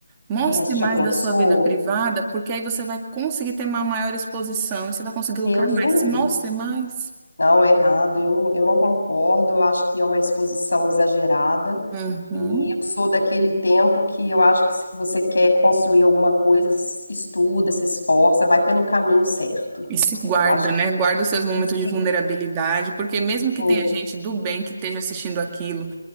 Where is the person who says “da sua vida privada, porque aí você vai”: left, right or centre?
Right